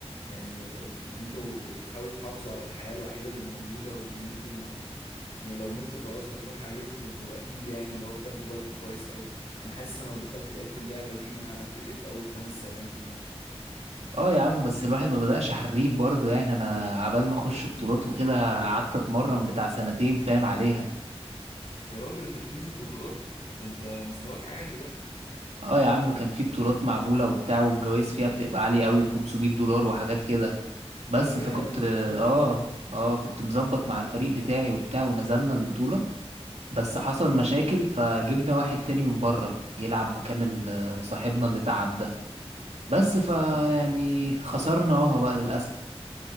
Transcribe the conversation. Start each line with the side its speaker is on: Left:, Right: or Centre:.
Left: يعني ال- ال- ان انتوا تحاولوا تحافظوا على الحياة الوحيدة اللي موجودة وان انتوا ما يعني لو متوا خلاص هتروح عليكم فانتوا اكيد يعني اللي هو بتاخدوا بالكم كويس قوي انا حاسس انا لو دخلت لعبت اللعبة دي انا هتقتل في اول خمس ثواني في الماتش
Right: اه يا عم بس الواحد ما بدأش حريف برضه يعني انا عبال ما اخش بطولات وكده قعدت اتمرن بتاع سنتين فاهم عليها
Left: يا راجل انت بتنزل بطولات ده انت مستواك عالي بقى
Right: اه يا عم كان في بطولات معموله وبتاع والجوائز فيها بتبقى عاليه قوي 500 دولار وحاجات كده بس
Left: ياه
Right: فكنت
Left: كل
Right: اه
Left: ده
Right: اه كنت مظبط مع الفريق بتاعي وبتاع ونزلنا البطوله بس حصل مشاكل فجبنا واحد تاني من بره يلعب مكان ال- صاحبنا اللي تعب ده بس فيعني
Left: ايوه ايوه
Right: خسرنا اهو بقى للأسف